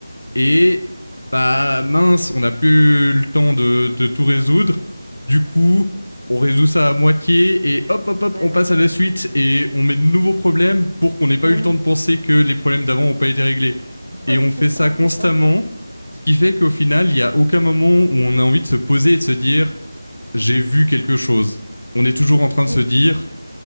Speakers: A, on the left (about 85°); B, on the right (about 80°).
A: Et bah mince, on n'a plus le temps de, de tout résoudre. Du coup, on résout ça à moitié et hop, hop, hop,
B: ouais,
A: on
B: ouais.
A: passe à la suite et on met de nouveaux problèmes pour qu'on n'ait pas
B: Ouais.
A: eu le temps de penser que les problèmes d'avant n'ont pas été réglés. Et
B: Ouais,
A: on
B: c'est
A: fait
B: ça,
A: ça constamment,
B: c'est ça.
A: ce qui fait qu'au final, il n'y a aucun moment où on a envie de se poser et de se dire j'ai vu quelque chose. On est toujours en train
B: Oui,
A: de se dire